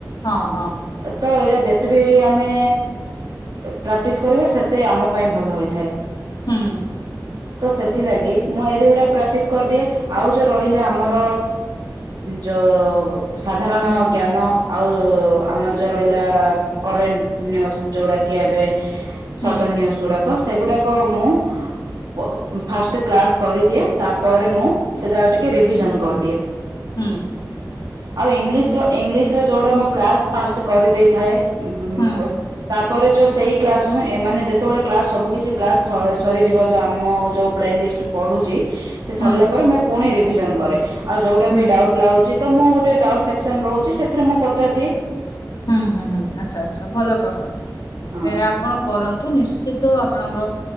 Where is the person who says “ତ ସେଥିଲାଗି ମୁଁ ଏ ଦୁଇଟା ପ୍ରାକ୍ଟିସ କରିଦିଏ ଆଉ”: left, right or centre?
Right